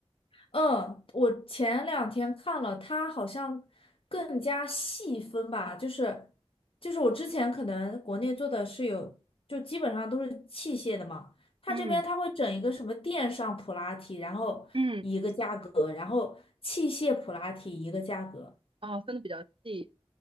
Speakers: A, on the left; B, on the right.
A: 嗯，我前两天看了，它好像更加细分吧，就是就是我之前可能国内做的是有，就基本上都是器械的嘛，它这边它会整一个什么电上普拉提，
B: 嗯
A: 然后一个价格，
B: 嗯，
A: 然后器械普拉提一个价格，
B: 啊、分的比较细。